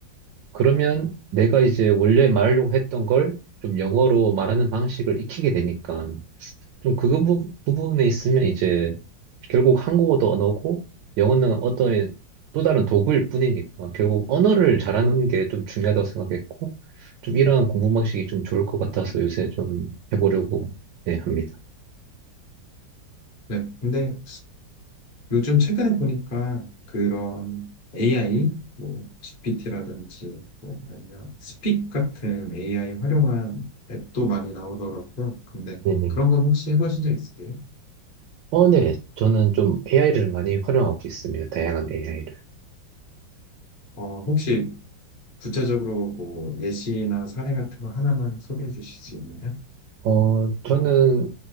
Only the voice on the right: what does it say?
그러면 내가 이제 원래 말하려고 했던 걸 좀 영어로 말하는 방식을 익히게 되니까 좀 그거 부, 부분에 있으면 이제 결국 한국어도 언어고 영어는 어떤 또 다른 도구일 뿐이니까 결국 언어를 잘하는 게 좀 중요하다고 생각했고 좀 이러한 공부 방식이 좀 좋을 것 같아서 요새 좀 해보려고 네, 합니다.
네네.
어, 네. 저는 좀 AI를 많이 활용하고 있습니다. 다양한 AI를.
어, 저는